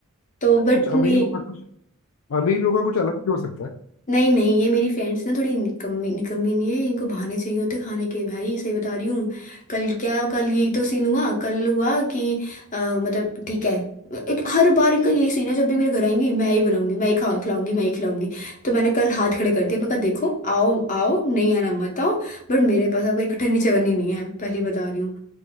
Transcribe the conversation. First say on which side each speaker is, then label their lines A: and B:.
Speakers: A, on the left; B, on the left.
A: तो बट
B: कुछ अमीर
A: नहीं
B: लोगों का कुछ अमीर लोगों का कुछ अलग भी हो सकता है
A: नहीं नहीं ये मेरी फ्रेंड्स ना थोड़ी निकम्मी निकम्मी नहीं है इनको बहाने चाहिए होते खाने के भाई सही बता रही हूँ कल क्या कल यही तो सीन हुआ कल हुआ कि अ, मतलब ठीक है एक हर बार इनका यही सीन है जब भी मेरे घर आएंगी मैं ही बनाऊंगी मैं ही खा खिलाऊंगी मैं ही खिलाऊंगी तो मैंने कल हाथ खड़े कर दिए मैं कहा देखो आओ आओ नहीं आना मत आओ बट मेरे पास अब एक ठन्नी चवन्नी नहीं है पहली बता रही हूँ